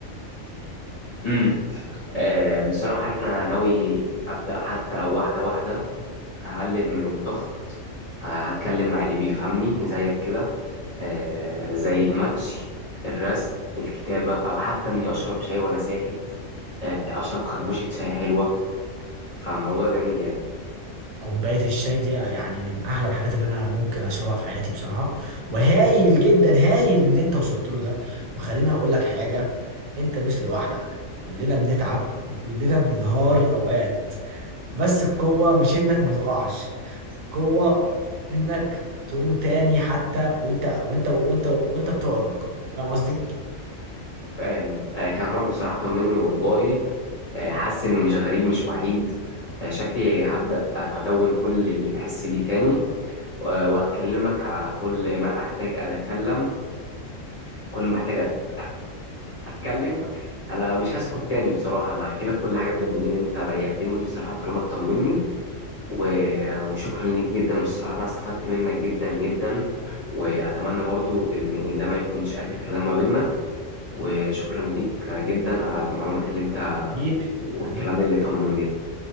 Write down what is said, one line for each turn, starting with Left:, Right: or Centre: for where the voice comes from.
Left: امم آه بصراحة أنا ناوي أبدأ حتى لو واحدة واحدة هقلل من الضغط ه- هتكلم مع اللي بيفهمني زيك كده آه زي المشي الرسم الكتابة أو حتى إني أشرب شاي وأنا ساكت آه أشرب خربوشة شاي حلوة فالموضوع جميل يعني
Right: كوباية الشاي دي يعني من أحلى الحاجات اللي أنا ممكن أشربها في حياتي بصراحة وهايل جدا هايل اللي أنت وصلت له ده وخليني أقول لك حاجة أنت مش لوحدك كلنا بنتعب وكلنا بننهار أوقات بس القوة مش إنك ما تقعش القوة إنك تقوم تاني حتى وأنت وأنت وأنت وأنت بتعرج فاهم قصدي؟
Left: فاهم آه كلامك بصراحة طمني والله آه حاسس إني مش غريب مش وحيد آه شكلي هبدأ أدون كل اللي بحس بيه تاني وهكلمك على كل ما احتاج اتكلم كل ما احتاج أت- اتكلم انا مش هسكت تاني بصراحه انا هحكي لك كل حاجه بجد لان انت ريحتني بصراحه وكلامك طمني و... وشكرا ليك جدا بصراحه انا استفدت منك جدا جدا واتمنى برضو ان ده ما يكونش اخر كلام ما بيننا وشكرا ليك جدا على المعلومات اللي انت
Right: حبيبي
Left: والكلام
Right: حبيبي
Left: اللي طمني ده